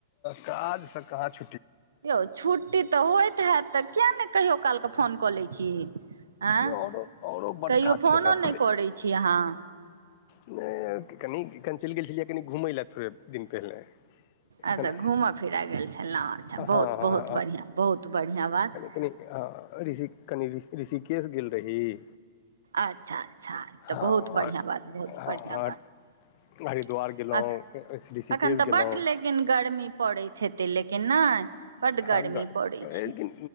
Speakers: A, on the left; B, on the right.
A: काजसँ काज
B: यौ छुट्टी तऽ होइत हैत तऽ कियाक नहि कहियो कालके फोन कऽ लैत छी आँ
A: औरो औरो बड
B: कहियो
A: काज
B: फोनो
A: छै ने
B: नहि करै छी अहाँ
A: नहि कनि कनि चलि गेल छलियै कनि घुमय लए दिन पहिले एखन
B: अच्छा घूमऽ फिरऽ गेल छलहुँ अच्छा
A: हँ हँ
B: बहुत बहुत बढ़िआँ बहुत बढ़िआँ बात
A: कनी ऋषि केस गेल रही
B: अच्छा अच्छा
A: हँ
B: तऽ बहुत बढ़िआँ बात बहुत
A: हँ
B: बढ़िआँ बात
A: हरिद्वार गेलहुँ ऋषिकेश
B: एखन तऽ
A: गेलहुँ
B: बड लेकिन गर्मी पड़ैत हेतै लेकिन नहि बड्ड
A: हँ
B: गर्मी
A: गाइ
B: पड़ै छै